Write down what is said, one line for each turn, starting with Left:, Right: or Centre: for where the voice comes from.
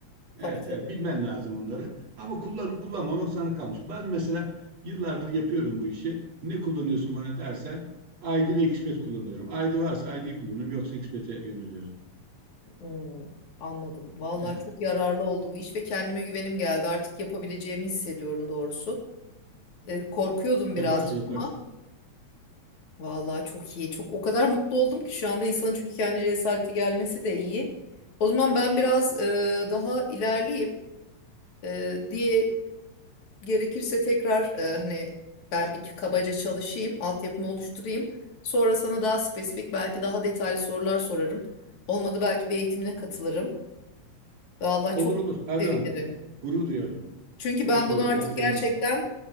Left: Tabii
Right: evet,
Left: tabii.
Right: evet bilmen lazım onları. Ama kullanıp kullanmamak sana kalmış. Ben mesela yıllardır yapıyorum bu işi. Ne kullanıyorsun bana dersen ID ve Expat kullanıyorum. ID varsa ID'yi kullanıyorum yoksa Expat'e yöneliyorum.
Left: Hmm, anladım. Vallahi
Right: Evet.
Left: çok yararlı oldu bu iş ve kendime güvenim geldi. Artık yapabileceğimi hissediyorum doğrusu. E, korkuyordum birazcık
Right: Yaparsın yaparsın.
Left: ama vallahi çok iyi. Çok o kadar mutlu oldum ki şu anda insanın çünkü kendi cesareti gelmesi de iyi. O zaman ben biraz e, daha ilerleyeyim E, diye gerekirse tekrar e, hani ben bir kabaca çalışayım, altyapımı oluşturayım. Sonra sana daha spesifik belki daha detaylı sorular sorarım. Olmadı belki bir eğitimine katılırım. Vallahi
Right: Olur
Left: çok
Right: olur her zaman.
Left: sevinirim.
Right: Gurur duyarım.
Left: Çünkü
Right: Gurur
Left: ben
Right: duyarım
Left: bunu artık
Right: ya seninle.
Left: gerçekten